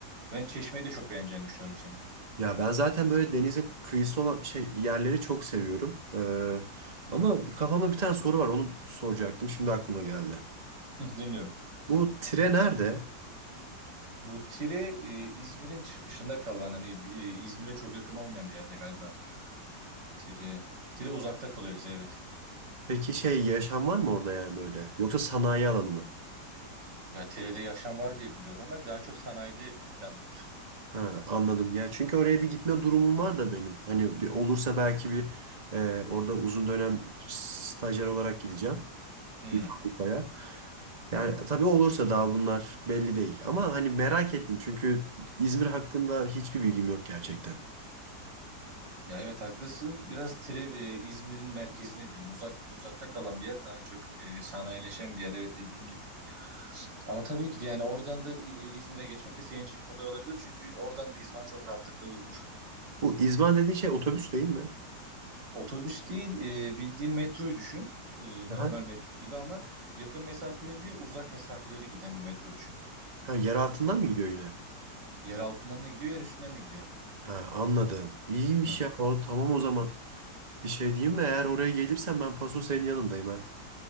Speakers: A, on the right (about 90°); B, on the right (about 25°).
A: Ben Çeşme'yi de çok beğeneceğini düşünüyorum senin.
B: Ya ben zaten böyle denize kıyısı olan şey yerleri çok seviyorum. Ee, ama kafamda bir tane soru var onu soracaktım şimdi aklıma geldi.
A: Hı, dinliyorum.
B: Bu tire nerede?
A: Bu Tire e, İzmir'in çıkışında kalan hani e, İzmir'e çok yakın olmayan bir yerde galiba. Tire Tire uzakta kalıyor bize evet.
B: Peki şey yaşam var mı orada yani böyle? Yoksa sanayi alanı mı?
A: Ya Tire'de yaşam var diye biliyorum ama daha çok sanayide ön plandadır.
B: Ha, anladım ya çünkü oraya bir gitme durumum var da benim. Hani bir olursa belki bir e, orada uzun dönem stajyer olarak gideceğim
A: Hmm.
B: bir fabrikaya. Yani tabii olursa daha bunlar belli değil. Ama hani merak ettim çünkü İzmir hakkında hiçbir bilgim yok gerçekten.
A: Ya evet haklısın. Biraz Tire, e, İzmir'in merkezine diyeyim. Uzak, uzakta kalan bir yer. Daha çok e, sanayileşen bir yer. Evet dediğin gibi. Ama tabii ki de yani oradan da e, İzmir'e geçmek de senin için kolay olabilir. Çünkü oradan da İzban çok rahatlıkla bulunur.
B: Bu İzban dediğin şey otobüs değil mi?
A: Otobüs değil e, bildiğin metroyu düşün. E,
B: Aha.
A: normal metro gibi ama yakın mesafeleri değil uzak mesafeleri giden bir metro düşün.
B: Ha yer altından mı gidiyor yine?
A: Yer altından da gidiyor yer üstünden de gidiyor.
B: Ha anladım. İyiymiş
A: Hı.
B: ya. O, tamam o zaman. Bir şey diyeyim mi? Eğer oraya gelirsen ben paso senin yanındayım ha.